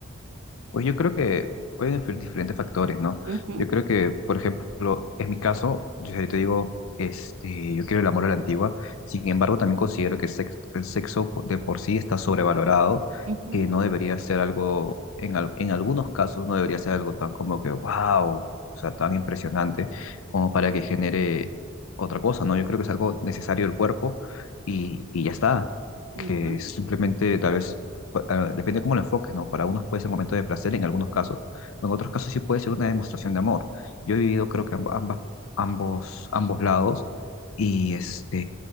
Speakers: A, on the left (about 80°); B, on the right (about 85°).
A: Pues yo creo que pueden influir diferentes factores, ¿no?
B: Ujú,
A: Yo creo que, por ejemplo, en mi caso, yo, yo te digo, este, yo quiero el amor a la antigua, sin embargo, también considero que sex- el sexo po- de por sí está sobrevalorado,
B: ujú,
A: que no debería ser algo, en, al- en algunos casos, no debería ser algo tan como que, wow, o sea, tan impresionante como para que genere otra cosa, ¿no? Yo creo que es algo necesario del cuerpo y, y ya está,
B: ujú,
A: que simplemente tal vez pa- ah, depende de cómo lo enfoques, ¿no? Para unos puede ser un momento de placer en algunos casos, o en otros casos sí puede ser una demostración de amor. Yo he vivido creo que amb- ambas, ambos, ambos lados y, este,